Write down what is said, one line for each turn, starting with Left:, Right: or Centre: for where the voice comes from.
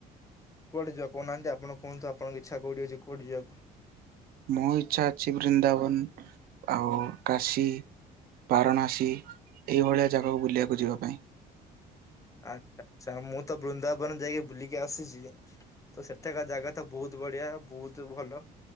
Left: କୁଆଡେ଼ ଯିବା କହୁନାହାନ୍ତି ଆପଣ କୁହନ୍ତୁ ଆପଣଙ୍କ ଇଚ୍ଛା କଉଠି ଅଛି କୋଠି ଯିବାକୁ?
Right: ମୋ ଇଚ୍ଛା ଅଛି ବୃନ୍ଦାବନ ଆଉ କାଶୀ ପାରଣାସୀ, ଏଇଭଳିଆ ଜାଗାକୁ ବୁଲିବାକୁ ଯିବା ପାଇଁ।
Left: ଆଚ୍ଛା, ଆଚ୍ଛା ମୁଁ ତ ବୃନ୍ଦାବନ ଯାଇକି ବୁଲିକି ଆସିଛି। ତ ସେଠାକାର ଜାଗା ତ ବୋହୁତ ବଢିଆ ବୋହୁତ ଭଲ।